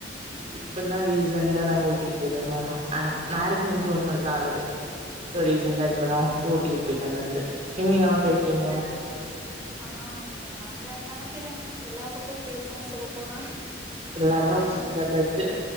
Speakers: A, on the right; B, on the right.
A: இப்பதா ரீசன்டா நாங்க ஊட்டிக்கி போயிட்டு வந்தோ மேரேஜ் முடிஞ்சி ஒன் மந்தாகுது இப்போ
B: ஓ!
A: ரீசன்டா
B: சரி, சரிங்க.
A: இப்பதா ஊட்டி போயிட்டு வந்தந்து நீங்க எங்கல்லா போய்ருக்கீங்க
B: ம். ஆ நாங்க கணக்கில்லங்க எல்லா பக்கோ போயிருக்கோ சொல்ல போனா
A: எல்லா எடமு
B: ஆ
A: சுத்தி பாத்தாச்சு